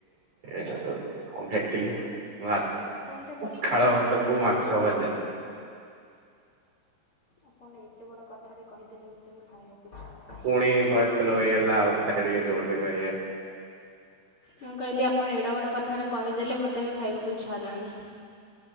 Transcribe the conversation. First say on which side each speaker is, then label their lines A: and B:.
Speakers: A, on the right (about 40°); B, on the left (about 35°).
A: କଣ ଖାଇଥିଲି? ଭା ପଖାଳ
B: କଣ ଯେ ଆପଣ କଣ ଖାଇଥିଲେ
A: ଭାତକୁ
B: ଭୁଲି ଯାଉଛନ୍ତି।
A: ମାଛଭଜା।
B: ଆପଣ ଏତେ ବଡ଼ କଥାଟେ କହିଦେଲେ, ମୋତେ ଏବେ ଖାଇଆକୁ ଇଚ୍ଛା ହେଲା।
A: ପୁଣି ଭଏସ୍ ସ୍ଲୋ ହେଇଗଲା, ଆଉଥରେ ଟିକେ ଜୋରରେ କହିବେ।
B: ମୁଁ କହିଲି ଆପଣ ଏଡେବଡ଼ କଥାଟା କହିଦେଲେ, ମୋତେ ଏବେ ଖାଇବାକୁ ଇଚ୍ଛା ହେଲାଣି।